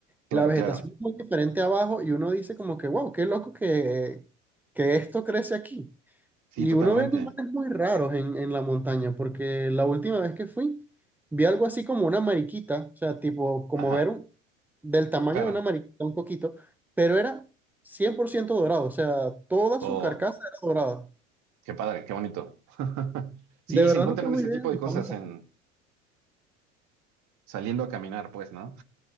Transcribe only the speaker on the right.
claro,
claro.
Sí,
totalmente.
Ajá,
claro.
Oh,
qué padre, qué bonito. <laughs> Sí,
se encuentran
este
tipo
de cosas
en
saliendo a caminar, pues, ¿no?